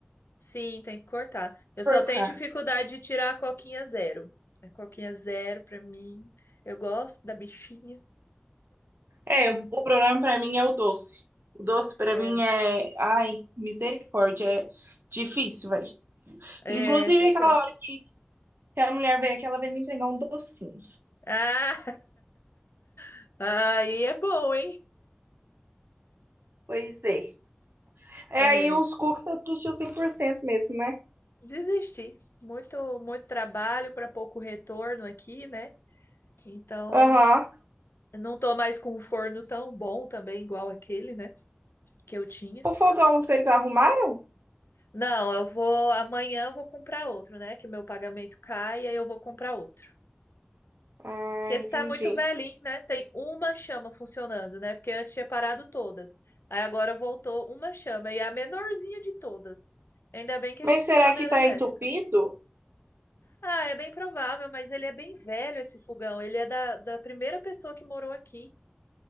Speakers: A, on the left; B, on the right.
A: Sim, tem que cortar. Eu só
B: cortar.
A: tenho dificuldade de tirar a coquinha zero. A coquinha zero, pra mim. Eu gosto da bichinha.
B: É, o o problema pra mim é o doce. O doce pra
A: É,
B: mim é, ai, misericórdia, é difícil, velho.
A: é,
B: Inclusive
A: sei
B: aquela
A: bem.
B: hora que que a mulher veio aqui, ela veio me entregar um docinho.
A: Ah, <laughs> aí é bom, hein?
B: Pois é. É,
A: É,
B: aí os cookies você desistiu 100% mesmo, né?
A: desisti. Muito, muito trabalho para pouco retorno aqui, né? Então,
B: Aham.
A: eu não tô mais com um forno tão bom também, igual aquele, né? Que eu tinha.
B: O fogão vocês arrumaram?
A: Não, eu vou. Amanhã eu vou comprar outro, né? Que meu pagamento cai, e aí eu vou comprar outro.
B: Ah,
A: Porque esse
B: entendi.
A: tá muito velhinho, né? Tem uma chama funcionando, né? Porque antes tinha parado todas. Aí agora voltou uma chama e é a menorzinha de todas. Ainda bem que a
B: Mas
A: gente tem
B: será
A: panela
B: que tá
A: elétrica.
B: entupido?
A: Ah, é bem provável, mas ele é bem velho esse fogão. Ele é da, da primeira pessoa que morou aqui.